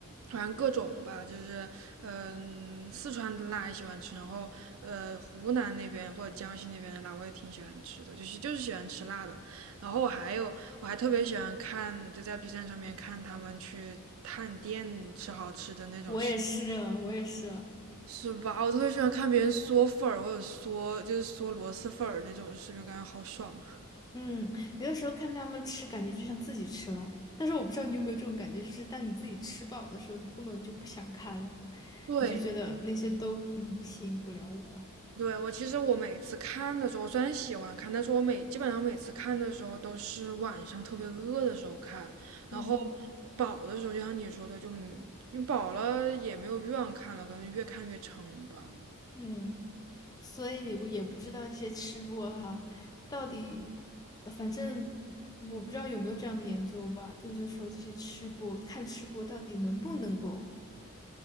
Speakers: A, on the right (about 65°); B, on the left (about 15°).
A: 反正各种吧，就是嗯，四川的辣也喜欢吃，然后呃，湖南那边或者江西那边的辣我也挺喜欢吃的，就是就是喜欢吃辣的。然后我还有我还特别喜欢看，就在 B 站上面看他们去探店吃好吃的那种。
B: 我也是，我也是。
A: 是吧？我特别喜欢看别人嗦粉儿，或者嗦就是嗦螺蛳粉儿那种视频，感觉好爽啊！
B: 嗯，有的时候看他们吃，感觉就像自己吃了。但是我不知道你有没有这种感觉，就是当你自己吃饱的时候，你根本就不想看了，
A: 对，
B: 你就觉得那些都嗯吸引不了我。
A: 对，我其实我每次看的时候，我虽然喜欢看，但是我每基本上每次看的时候都是晚上特别饿的时候看，
B: 嗯
A: 然后饱的时候，就像你说的，就嗯你饱了也没有欲望看了，可能越看越撑吧。
B: 嗯，所以我也不知道这些吃播哈，到底，呃反正我不知道有没有这样的研究吧，就是说这些吃播看吃播到底能不能够